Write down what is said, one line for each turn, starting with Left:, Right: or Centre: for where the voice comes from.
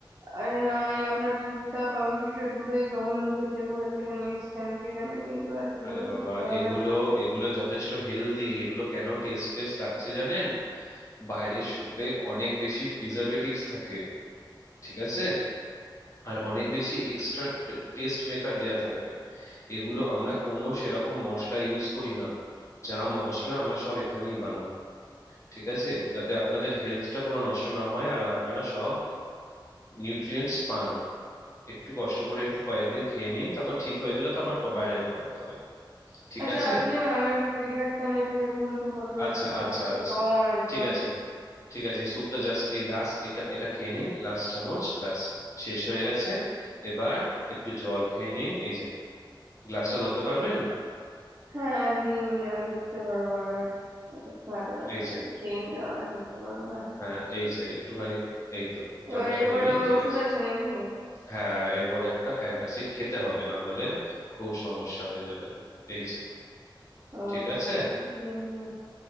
Right: আরে না এই আপনার স্যুপটা পাউরুটিটা দুটোই জঘন্য খেতে কোথা থেকে নিয়ে এসেছেন কে জানে কিন্তু আর কি
Left: আরে
Right: বলবো
Left: বাবা
Right: খেতে হবে
Left: এগুলো এগুলো যথেষ্ট হেলদি এগুলো কেন টেস্টলেস লাগছে জানেন বাইরের স্যুপে অনেক বেশি প্রিজারভেটিভস থাকে ঠিক আছে আর অনেক বেশি এক্সট্রা টেস্ট মেকার দেয়া থাকে এগুলো আমরা কোনো সেরকম মশলা ইউজ করি না যা মশলা আমরা সব এখানেই বানাই ঠিক আছে যাতে আপনাদের হেলথটা কোনো নষ্ট না হয় আর আপনারা সব নিউট্রিয়েন্টস পান একটু কষ্ট করে কয়েকদিন খেয়ে নিন তারপর ঠিক হয়ে গেলে তো আবার প- বাইরের খাবার খাবেন ঠিক
Right: আচ্ছা
Left: আছে
Right: আপনি না আমার একটু প্রেশারটা মেপে দেখুন তো কত
Left: আচ্ছা
Right: আছে আমার
Left: আচ্ছা
Right: মনে হচ্ছে
Left: আচ্ছা
Right: কম একদম
Left: ঠিক আছে ঠিক আছে এই স্যুপটা জাস্ট এই লাস্ট এটা এটা খেয়ে নিন লাস্ট চামচ ব্যাস শেষ হয়ে গেছে এবার একটু জল খেয়ে নিন এই যে গ্লাসটা ধরতে পারবেন
Right: হ্যাঁ দিন আহ, ধরতে পারবো না অত এতটা
Left: এই যে
Right: খেয়ে নিলাম আর ধরতে পারবো না
Left: হ্যাঁ এই যে একটুখানি এই তো
Right: এবার
Left: জলটা
Right: এরপরে
Left: খেয়ে নিন
Right: আবার
Left: ঠিক
Right: ওষুধ
Left: আছে
Right: আছে নাকি
Left: হ্যাঁ এরপরে একটা অ্যান্টাসিড খেতে হবে না হলে খুব সমস্যা হয়ে যাবে এই যে
Right: ও
Left: ঠিক আছে
Right: আচ্ছা দিন দিন